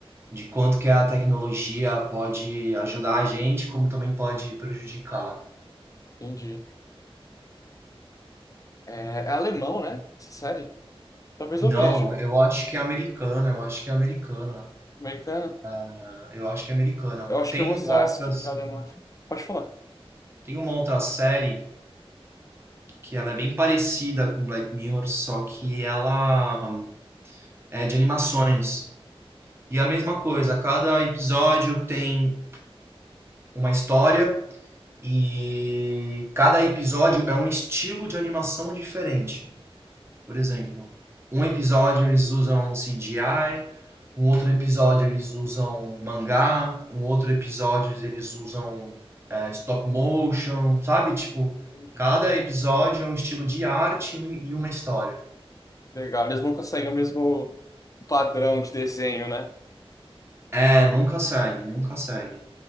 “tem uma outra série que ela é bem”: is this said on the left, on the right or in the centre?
Right